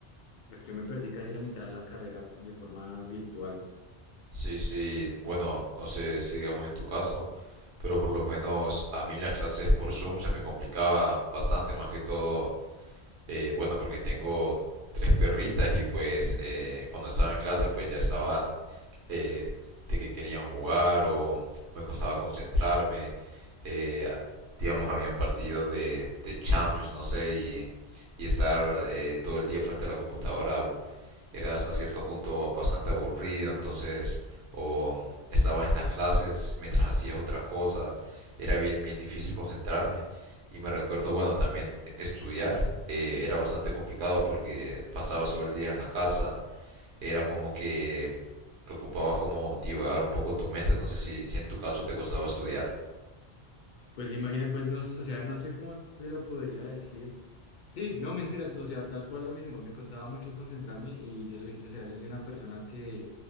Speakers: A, on the left; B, on the right.
A: pues yo me perdí casi la mitad de la carrera de forma virtual.
B: Sí, sí, bueno, no sé si digamos en tu caso, pero por lo menos a mí las clases por Zoom se me complicaba bastante, más que todo Eh, bueno, porque tengo tres perritas y pues eh, cuando estaba en clase pues ya estaban eh, de que querían jugar o me costaba concentrarme. eh, digamos, habían partidos de, de Champions, no sé, y, y estar eh, todo el día frente a la computadora era hasta cierto punto bastante aburrido, entonces o estabas en las clases mientras hacías otras cosas era bien, bien difícil concentrarme. Y me recuerdo, bueno, también estudiar eh, era bastante complicado porque pasabas todo el día en la casa, era como que ocupabas como divagar un poco tu mente, no sé si, si en tu caso te costaba estudiar.
A: Pues imagina, pues no, s- o sea, no sé cómo te lo podría decir. Sí, no, mentira, o sea, tal cual lo mismo, me costaba mucho concentrarme y yo soy, o sea, yo soy una persona que,